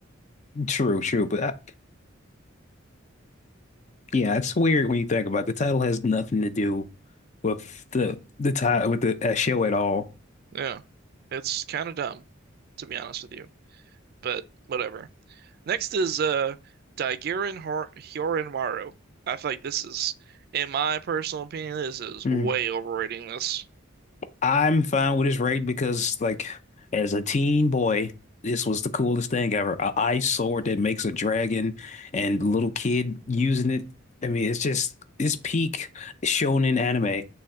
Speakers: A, on the left (about 35°); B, on the right (about 50°).
A: true, true. But I, yeah, it's weird when you think about it. The title has nothing to do with the the title with the that show at all.
B: Yeah. It's kind of dumb, to be honest with you, but whatever. Next is uh Daigirin Hor Hyorinmaru. I feel like this is, in my personal opinion, this is
A: Mm.
B: way overrating this.
A: I'm fine with this rating because, like, as a teen boy, this was the coolest thing ever. A ice sword that makes a dragon and little kid using it. I mean, it's just it's peak shonen anime.